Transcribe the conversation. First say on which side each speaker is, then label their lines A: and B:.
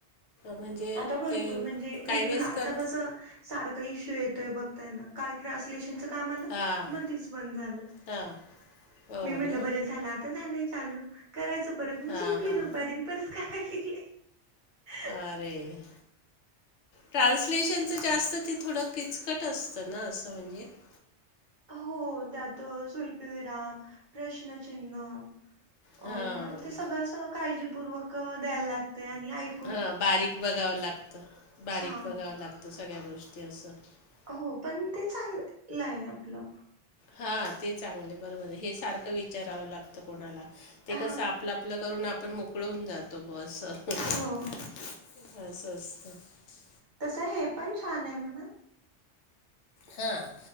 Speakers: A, on the left; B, on the right.
A: म्हणजे
B: आता भरपूर
A: ते
B: म्हणजे
A: काही
B: वेग
A: वेळेस
B: आता
A: कमी
B: कसं? <unintelligible> सारख इश्यू येतोय बघताय ना काल ट्रान्सलेशनच <unintelligible> काम आलं
A: हां
B: मध्येच बंद झालं.
A: हां हो
B: मी म्हणलं
A: ना
B: बरं झालं आता झालंय चालू करायचं परत मग
A: हां
B: झोपली
A: हां
B: दुपारी परत काय हहहह <unintelligible>
A: आरे. <unintelligible> ट्रान्सलेशनचं जास्त ते थोडं किचकट असतं ना असं म्हणजे <unintelligible>
B: हो त्यात स्वल्पविराम, प्रश्नचिन्ह <unintelligible>
A: हां
B: अ परत ते सगळं काळजीपूर्वक द्यायला लागतय आणि ऐ <unintelligible>
A: हं बारीक बघावं लागतं. बारीक
B: हा
A: बघावं लागतं सगळ्या गोष्टी असं. <unintelligible>
B: हो, पण ते चांगलं आहे आपलं.
A: हा ते चांगले बरोबर हे सारखं विचारावं लागतं कोणाला. <unintelligible> ते कसं
B: हा
A: आपलं आपलं करून आपण मोकळ होऊन जातो बॉ असं. <unintelligible>
B: हो.
A: अस असत. <unintelligible>
B: तसं हे पण छान आहे म्हणा. <unintelligible>
A: हा. <unintelligible>